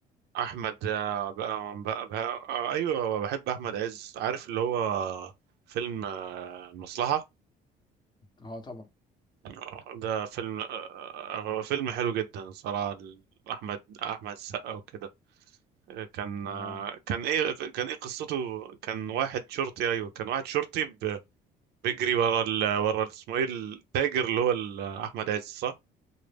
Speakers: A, on the right; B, on the left.
A: احمد آه، بقى بقى بقى آه، ايوه بحب احمد عز عارف اللي هو فيلم آه، المصلحه
B: اه طبعا
A: آه، ده فيلم آه، هو فيلم حلو جدا صراحه ال- احمد احمد السقا وكده آه، كان
B: اه
A: آه، كان ايه كان ايه قصته كان واحد شرطي ايوه كان واحد شرطي ب- بيجري ورا ال... ورا اسمه ايه التاجر اللي هو ال- احمد عز صح